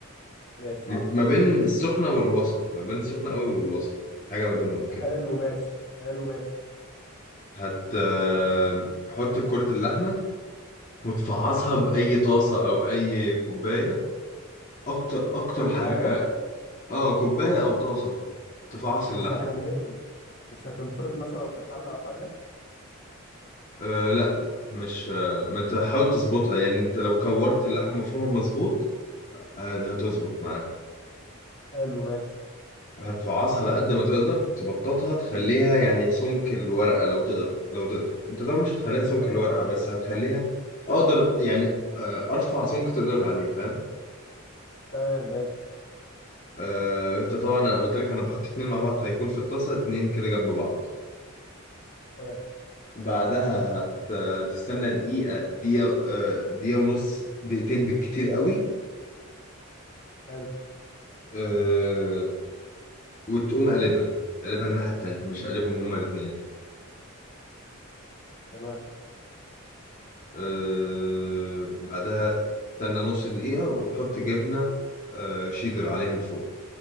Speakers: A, on the left; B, on the left.
A: ماشي
B: م- ما بين السخنة والوسط ما بين السخنة قوي والوسط حاجة ما بينهم كده
A: حلو ماشي حلو ماشي
B: هت آه، حط كرة اللحمة وتفعصها
A: ماشي
B: بأي طاسة أو أي كوباية أكتر أكتر
A: أي كوباية
B: حاجة آه كوباية أو طاسة تفعص
A: مش
B: اللحمة
A: هتنهي مش هتنفرط مثلا في الحلة أو حاجة
B: أه لا مش آه، ما أنت حاول تظبطها يعني أنت لو كورت اللحمة مفرومة مظبوط آه، هتظبط معاك
A: حلو ماشي
B: هتفعصها على قد ما تقدر تبططها تخليها يعني سمك الورقة لو تقدر لو تقدر انت طبعا مش هتخليها سمك
A: تمام
B: الورقة بس هتخليها اقدر يعني آه، ارفع سمك تقدر عليه فاهم
A: تمام ماشي
B: آه، انت طبعا انا قلت لك انا بحط اتنين مع بعض فهيكون في الطاسة اتنين كده جنب بعض
A: تمام
B: بعدها هتستنى دقيقة دقيقة آه، دقيقة ونص دقيقتين بالكتير قوي
A: حلو
B: آه، وتقوم قلبها قلبها الناحية التانية مش هقلبهم هما الاتنين
A: تمام
B: آه، بعدها تستنى نص دقيقة وتحط جبنة آه، شيدر عليها من فوق